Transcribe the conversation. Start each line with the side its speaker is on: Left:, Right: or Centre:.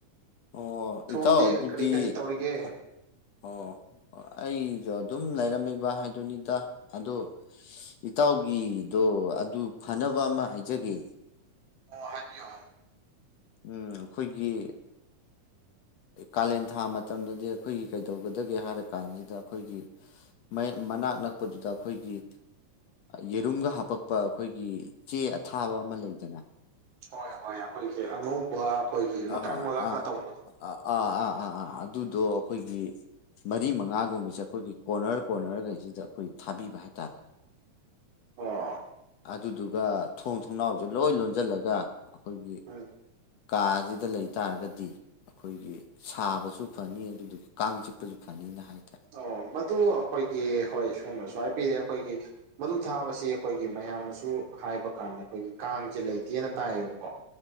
Left: ꯑꯣ
Right: ꯁꯣꯝꯗꯤ
Left: ꯏꯇꯥꯎ ꯑꯗꯨꯗꯤ
Right: ꯀꯔꯤ ꯀꯔꯤ ꯇꯧꯔꯤꯒꯦ꯫
Left: ꯑꯣ ꯑꯩꯒ ꯑꯗꯨꯝ ꯂꯩꯔꯝꯃꯤꯕ ꯍꯥꯏꯗꯨꯅꯤꯗ ꯑꯗꯨ ꯏꯇꯥꯎꯒꯤꯗꯣ ꯑꯗꯨ ꯐꯅꯕ ꯑꯃ ꯍꯥꯏꯖꯒꯦ꯫
Right: ꯑꯣ ꯍꯥꯏꯕꯤꯌꯣ ꯍꯥꯏꯕꯤꯌꯨ꯫
Left: ꯎꯝ ꯑꯩꯈꯣꯏꯒꯤ ꯀꯥꯂꯦꯟ ꯊꯥ ꯃꯇꯝꯗꯗꯤ ꯑꯩꯈꯣꯏꯒꯤ ꯀꯩꯗꯧꯒꯗꯒꯦ ꯍꯥꯏꯔ ꯀꯥꯟꯁꯤꯗ ꯑꯩꯈꯣꯏꯒꯤ ꯃꯅꯥꯛ ꯅꯛꯄꯗꯨꯗ ꯑꯩꯈꯣꯏꯒꯤ ꯌꯦꯔꯨꯝꯒ ꯍꯥꯄꯛꯄ ꯑꯩꯈꯣꯏꯒꯤ ꯆꯦ ꯑꯊꯥꯕ ꯑꯃ ꯂꯩꯗꯅ
Right: ꯍꯣꯏ ꯍꯣꯏ ꯑꯩꯈꯣꯏꯒꯤ ꯑꯉꯧꯕ ꯑꯩꯈꯣꯏꯒꯤ ꯃꯀꯛ
Left: ꯍꯣ
Right: ꯃꯀꯛꯀ
Left: ꯑꯥ
Right: ꯇꯧꯕꯗꯣ
Left: ꯑ ꯑꯥ ꯑꯥ ꯑꯥ ꯑꯥ ꯑꯗꯨꯗꯣ ꯑꯩꯈꯣꯏꯒꯤ ꯃꯔꯤ ꯃꯉꯥꯒꯨꯝꯕꯁꯦ ꯑꯩꯈꯣꯏꯒꯤ ꯀꯣꯔꯅꯔ ꯀꯣꯔꯅꯔꯒꯩꯁꯤꯗ ꯑꯩꯈꯣꯏ ꯊꯥꯕꯤꯕ ꯍꯥꯏꯇꯥꯔꯦ꯫
Right: ꯑꯣ
Left: ꯑꯗꯨꯗꯨꯒ ꯊꯣꯡ ꯊꯣꯡꯅꯥꯎꯁꯦ ꯂꯣꯏ ꯂꯣꯟꯁꯤꯜꯂꯒ ꯑꯩꯈꯣꯏꯒꯤ
Right: ꯎꯝ
Left: ꯀꯥꯁꯤꯗ ꯂꯩ ꯇꯥꯔꯒꯗꯤ ꯑꯩꯈꯣꯏꯒꯤ ꯁꯥꯕꯁꯨ ꯐꯅꯤ ꯑꯗꯨꯗꯨꯒ ꯀꯥꯡ ꯆꯤꯛꯄꯁꯨ ꯐꯅꯤꯅ ꯍꯥꯏꯇꯥꯔꯦ
Right: ꯑꯣ ꯃꯗꯨ ꯑꯩꯈꯣꯏꯒꯤ ꯍꯣꯏ ꯁꯣꯝꯅꯁꯨ ꯍꯥꯏꯕꯤꯔꯦ ꯑꯩꯈꯣꯏꯒꯤ ꯃꯗꯨ ꯊꯥꯕꯁꯤ ꯑꯩꯈꯣꯏꯒꯤ ꯑꯩꯈꯣꯏꯒꯤ ꯃꯌꯥꯝꯅꯁꯨ ꯍꯥꯏꯕ ꯀꯥꯟꯗ ꯑꯩꯈꯣꯏꯒꯤ ꯀꯥꯡꯁꯦ ꯂꯩꯇꯦꯅ ꯇꯥꯏꯌꯦꯕꯀꯣ